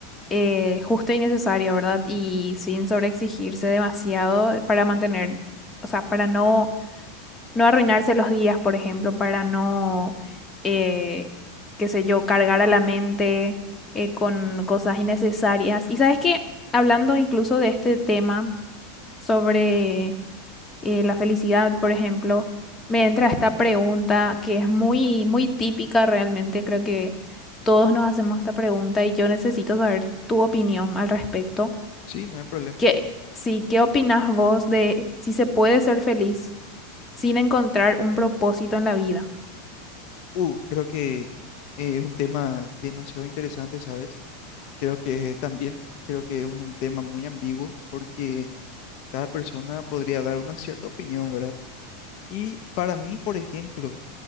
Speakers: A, on the left; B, on the left.
A: eh, justo y necesario, ¿verdad? Y sin sobreexigirse demasiado para mantener, o sea, para no no arruinarse los días, por ejemplo, para no, eh, qué sé yo, cargar a la mente eh, con cosas innecesarias. Y sabes que, hablando incluso de este tema sobre eh, la felicidad, por ejemplo, me entra esta pregunta que es muy, muy típica realmente, creo que todos nos hacemos esta pregunta y yo necesito saber tu opinión al respecto.
B: Sí, no hay problema.
A: ¿Qué, sí, qué opinas vos de si se puede ser feliz? sin encontrar un propósito en la vida.
B: Uh, creo que eh, es un tema demasiado interesante, ¿sabes? Creo que es también, creo que es un tema muy ambiguo porque cada persona podría dar una cierta opinión, ¿verdad? Y para mí, por ejemplo,